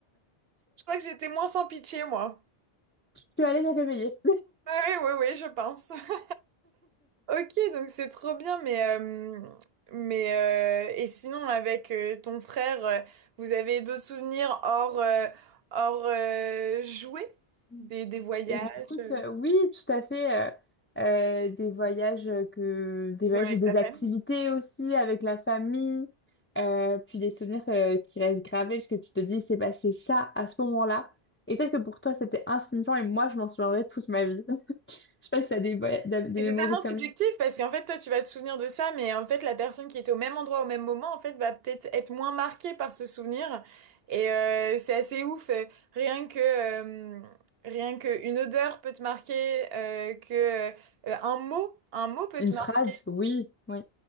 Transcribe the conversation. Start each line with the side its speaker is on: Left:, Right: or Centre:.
Right: Je crois que j'étais moins sans pitié moi.
Left: Je suis allée les réveiller.
Right: Ah oui, oui, oui, je pense. <laughs> Ok, donc c'est trop bien, mais, euh, mais euh, et sinon avec euh, ton frère, euh, vous avez d'autres souvenirs hors, euh, hors euh, jouets?
Left: <laughs>
Right: Des, des voyages?
Left: Eh bien, écoute,
Right: euh,
Left: euh, oui, tout à fait. euh, euh, des voyages euh, que, des voyages
Right: Ou avec
Left: et des
Right: ta famille?
Left: activités aussi avec la famille, euh, puis des souvenirs euh, qui restent gravés parce que tu te dis, c'est passé ça à ce moment-là. Et peut-être que pour toi, c'était insignifiant et moi, je m'en souviendrai toute ma vie. <laughs> Je sais pas si t'as des, voya- des des
Right: Et
Left: mémories
Right: c'est tellement
Left: comme
Right: subjectif parce qu'en fait, toi, tu vas te souvenir de ça, mais en fait, la personne qui était au même endroit au même moment, en fait, va peut-être être moins marquée par ce souvenir. Et euh, c'est assez ouf. euh, Rien que, euh, rien que une odeur peut te marquer, euh, que euh, un mot, un mot peut
Left: une
Right: te marquer.
Left: phrase, oui, oui,